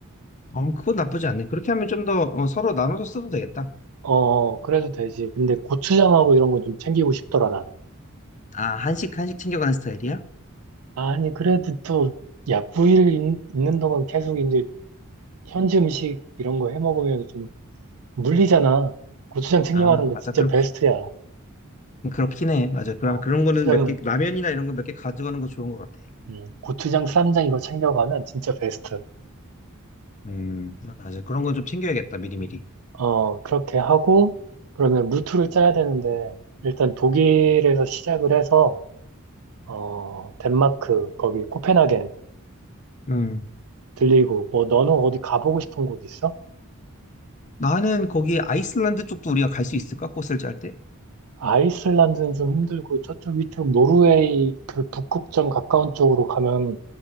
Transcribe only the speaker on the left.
어, 그건 나쁘지 않네. 그렇게 하면 좀더 어, 서로 나눠서 써도 되겠다.
아, 한식, 한식 챙겨가는 스타일이야?
아, 맞아.
그렇긴,
그렇긴 해. 맞아. 그럼
그런
거는 몇 개,
라면이나 이런 거 몇 개 가져가는 거 좋은 것 같아.
음, 맞아. 그런 거 좀 챙겨야겠다, 미리미리.
음.
나는 거기 아이슬란드 쪽도 우리가 갈 수 있을까? 꽃을 짤 때?